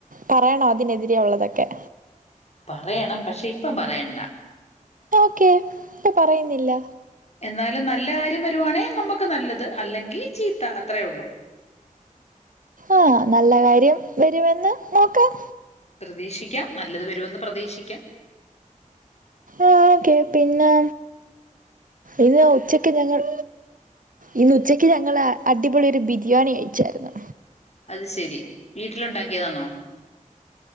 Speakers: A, on the right; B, on the left.
A: പറയണം, അതിനെതിരെ ഒള്ളതൊക്കെ.
B: പറയണം പക്ഷെ ഇപ്പ പറ വേണ്ട.
A: ഓക്കെ ഇപ്പൊ പറയുന്നില്ല.
B: എന്നാലും നല്ല കാര്യം വരുവാണേ നമക്ക് നല്ലത് അല്ലെങ്കി ചീത്ത അത്രേ ഒള്ളൂ.
A: ആഹ് നല്ല കാര്യം വരു എന്ന നോക്കാം
B: പ്രതീക്ഷിക്കാം നല്ലത് വരുമെന്ന് പ്രതീക്ഷിക്കാം.
A: ഓക്കെ പിന്നെ ഇത് ഉച്ചക്ക് ഞങ്ങൾ ഇന്ന് ഉച്ചയ്ക്ക് ഞങ്ങള് അടിപൊളിയൊരു ബിരിയാണി വെച്ചായിരുന്നു.
B: അത് ശെരി വീട്ടിലുണ്ടാക്കിയതാണോ?